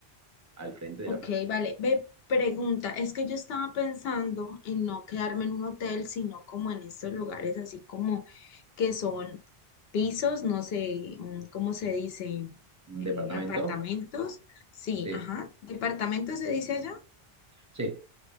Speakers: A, on the right; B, on the left.
A: al frente de
B: Ok,
A: la plaza.
B: vale. Ve, pregunta, es que yo estaba pensando en no quedarme en un hotel, sino como en estos lugares así como que son pisos, no sé, mm, ¿cómo se dice?
A: ¿Un
B: Eh,
A: departamento?
B: apartamentos. Sí,
A: Sí,
B: ajá. ¿Departamentos se dice allá?
A: sí.